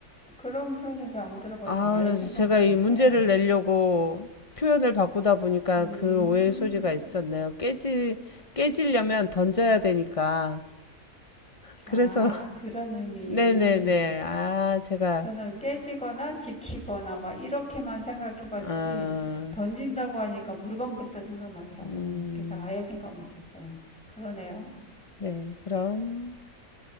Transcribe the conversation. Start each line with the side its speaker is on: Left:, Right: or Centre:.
Centre: 그런 표현은 잘 안 들어봐서
Left: 아
Centre: 아예
Left: 그래서
Centre: 생각
Left: 제가
Centre: 못했어요.
Left: 이 문제를 내려고 표현을 바꾸다 보니까
Centre: 음,
Left: 그 오해의 소지가 있었네요. 깨지 깨지려면 던져야 되니까 그래서
Centre: 아
Left: <laughs>
Centre: 그런 의미.
Left: 네네네 아 제가
Centre: 저는 깨지거나 지키거나 막 이렇게만 생각해봤지
Left: 아,
Centre: 던진다고 하니까 물건부터 생각나더라고요.
Left: 음,
Centre: 그래서 아예 생각 못했어요. 그러네요.
Left: 네 그럼